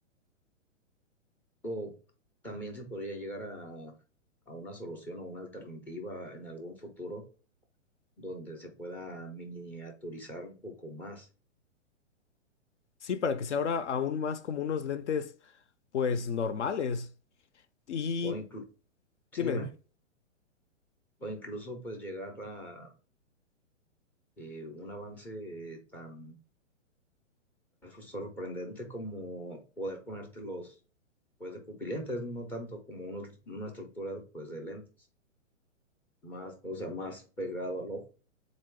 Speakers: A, in the centre; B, on the left.
A: O también se podría llegar a, a una solución o una alternativa en algún futuro donde se pueda miniaturizar un poco más.
B: Sí, para que sea ahora aún más como unos lentes, pues, normales. Y
A: O inclu sí,
B: dime,
A: dime.
B: dime.
A: o incluso pues llegar a eh, un avance tan sorprendente como poder ponértelos pues de pupilentes, no tanto como unos- una estructura pues de lentes, más, o sea, más pegado al ojo.